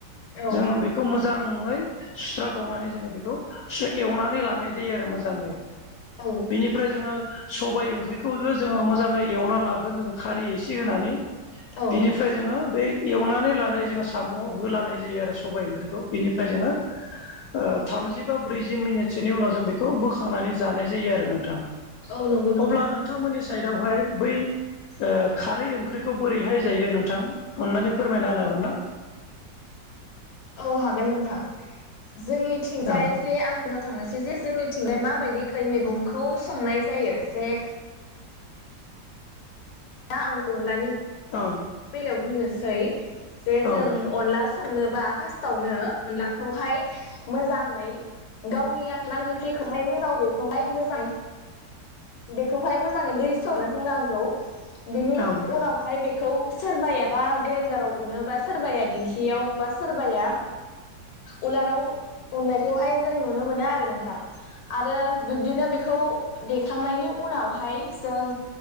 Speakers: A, on the left (about 80°); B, on the left (about 70°).
A: औ
B: जोङो बे खौ मोजाङै सुस्राबावनानै जोङो बेखौ एवनानै लानाय जायो आरो मोजाङै।
A: औ
B: बेनिफ्राय जोङो सबाय ओंख्रि खौबो जोङो मोजाङै एवना लागोन जों खारै एसे होनानै
A: औ
B: बिनिफ्राय जोङो बे एवनानै लानाय जोङो साम' होलानाय जायो आरो सबाय ओंख्रिखौ बेनिफ्राय जोङो ओ थामजि बा ब्रैजि मिनिटसोनि उनाव जों बेखौ बोखांनानै जानाय जायो आरो नोंथां
A: औ नंगौ नोंथां
B: अब्ला नोंथांमोननि साइडवहाय बै ओ खारै ओंख्रिखौ बोरैहाय जायो नोंथां अननानै फोरमायना होनो हागोन ना?
A: औ हागोन नोंथां जोंनिथिंजाय
B: औ
A: जे आंबो थांनोसै जे जोंनिथिंजाय माबायदि खैमैगंखौ संनाय जायो जे दा आं अनलानि
B: औ
A: बेलायाव बुंनोसै जे
B: औ
A: जों अनला संनोबा फार्स्टावनो अनलाखौहाय मोजाङै गावनि आखोन गोखैखौहाय उनाव बेखौहाय मोजां बेखौहाय मोजाङै दै सावनो होनांगौ बिनि
B: औ
A: उनावहाय बेखौ सोरबायाबा ग्रेन्डाराव अनो बा सोरबाया दिंखियाव बा सोरबाया उलाराव उनायखौहाय जों नुनो मोनो आरो नोंथां आरो बिदिनो बेखौ देखांनायनि उनावहाय जों